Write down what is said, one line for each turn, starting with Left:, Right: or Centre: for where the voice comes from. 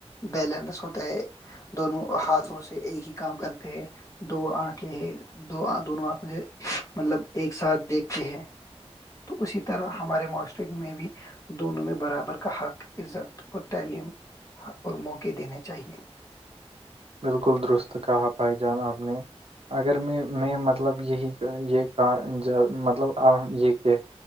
Left: بیلنس ہوتا ہے دونوں ہاتھوں سے ایک ہی کام کرتے ہیں دو آنکھیں ہیں دو آ دونوں آنکھ مھے مطلب ایک ساتھ دیکھتے ہیں تو اسی طرح ہمارے معاشرق میں بھی دونوں میں برابر کا حق عزت اور تعلیم اور موقع دینے چاہیے
Right: بالکل درست کہا بھائی جان آپ نے اگر میں میں مطلب یہی یہ کا مطلب یہ کہ